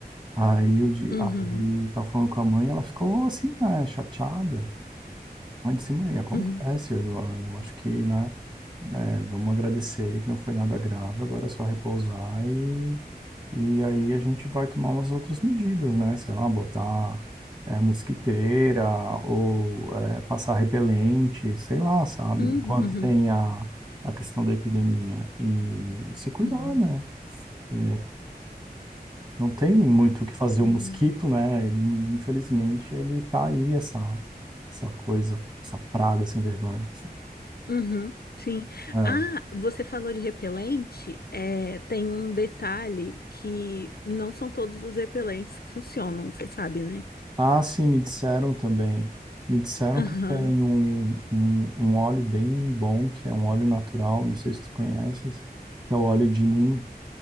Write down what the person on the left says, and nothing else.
uhum,
uhum,
uhum,
uhum,
uhum.
Sim.
Uhum, sim.
Ah, você falou de repelente. É, tem um detalhe que não são todos os repelentes que funcionam, você sabe, né?
Aham.